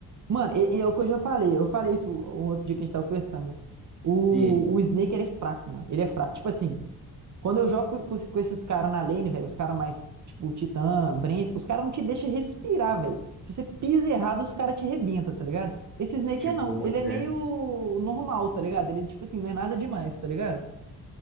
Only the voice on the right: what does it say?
mano, e, e é o que eu já falei. Eu falei isso um outro dia que a gente tava conversando, né? O,
o Snake, ele é fraco, mano. Ele é fraco. Tipo assim, Quando eu jogo com, com esses caras na lane, velho, os caras mais, tipo, Titã, Brence, os caras não te deixam respirar, velho. Se você pisa errado, os caras te rebentam, tá ligado? Esse Snake
é não. Ele é
meio normal, tá ligado? Ele, tipo assim, não é nada demais, tá ligado?